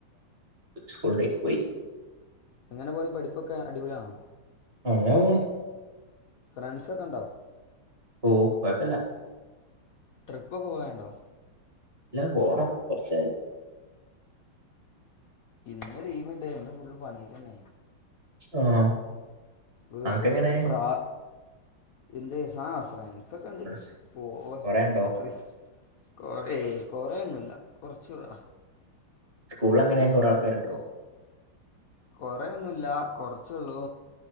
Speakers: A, on the right; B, on the left.
A: സ്കൂൾ ഡ പോയി......
B: എങ്ങനെ പോണ പഠിപ്പൊക്കെ അടിപൊളിയാണോ......
A: അങ്ങനെ പോണ്
B: ഫ്രണ്ട്സ ഒക്കെ ഉ.....
A: കുഴപ്പല്ല........
B: ട്രിപ്പൊക്കെ പോയണ്ടോ.......
A: ഇല്ലാ പോണം കുറച്ചായി.......
B: ഇന്ന് ലീവുണ്ട് ഇന്ന് ഫുള്ള് പണിന്നെ......
A: ആഹ
B: വീട്ടിൽ
A: അനക്ക് എങ്ങനെ......
B: കുറച്ച് പ്രാ എന്ത് ആ ഫ്രൻഡ്‌സൊക്കെ ണ്ട്
A: ഫ്രണ്ട്സ്
B: പോവും
A: കൊറേ ഇണ്ടോ
B: ട്രി കൊറേ കൊറെയൊന്നുല്ല കൊറച്ചൊക്കെ
A: സ്കൂളെങ്ങനെ കൊറേയാൽകാറുണ്ടോ
B: കൊറെയൊന്നുല്ല കൊറച്ചുള്ളൂ